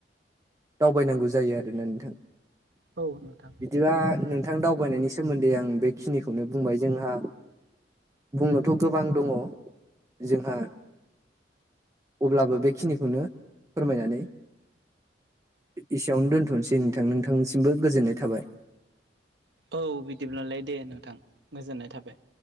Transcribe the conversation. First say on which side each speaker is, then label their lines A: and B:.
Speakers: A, on the right (about 20°); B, on the right (about 70°).
A: दावबाय नांगौ जायो आरोना नोंथां
B: औ नोंथां
A: बिदिबा नोंथां दावबायनायनि सोमोन्दै आं बेखिनिखौनो बुंबाय जोंहा बुंनोथ' गोबां दङ जोंहा अब्लाबो बेखिनिखौनो फोरमायनानै एसेयावनो दोन्थ'नोसै नोंथां नोंथांनिसिमबो गोजोननाय थाबाय
B: औ बिदिब्लालाय दे नोंथां मोजोननाय थाबाय।